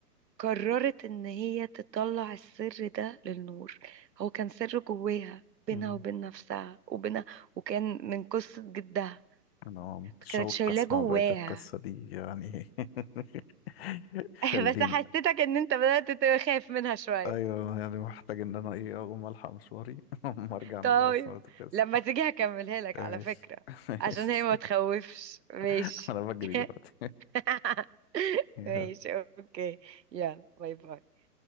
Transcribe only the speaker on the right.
قررت ان هي تطلع السر ده للنور هو كان سر جواها بينها
وبين نفسها وبينها وكان من قصة جدها
كانت شايلاه
جواها
<laughs>
بس حسيتك ان انت بدأت تخاف منها شوية
طيب
لما تيجي هكملها لك
على فكرة
عشان هي ما تخوفش ماشي
<laughs>
ماشي اوكي يلا باي باي